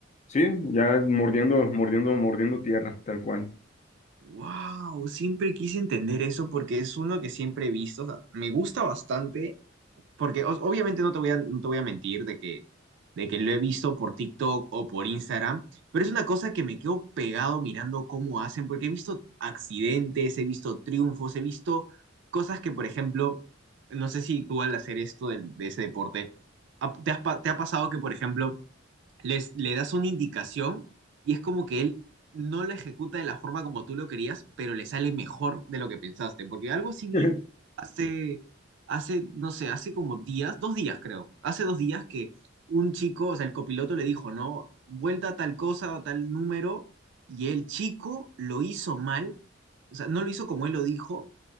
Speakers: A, on the left; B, on the right.
A: sí, ya mordiendo, mordiendo, mordiendo tierra, tal cual.
B: ¡Wow! Siempre quise entender eso porque es uno que siempre he visto, o sea, me gusta bastante porque os- obviamente no te voy a, no te voy a mentir de que, de que lo he visto por TikTok o por Instagram, pero es una cosa que me quedo pegado mirando cómo hacen, porque he visto accidentes, he visto triunfos, he visto cosas que, por ejemplo, no sé si tú al hacer esto del- de, ese deporte, ha- ¿te has pa- te ha pasado que, por ejemplo, les, le das una indicación y es como que él no la ejecuta de la forma como tú lo querías, pero le sale mejor de lo que pensaste. Porque algo así vi
A: <laughs>
B: hace, hace, no sé, hace como días, dos días creo, hace dos días que un chico, o sea, el copiloto le dijo, no, vuelta a tal cosa, a tal número, y el chico lo hizo mal, o sea, no lo hizo como él lo dijo,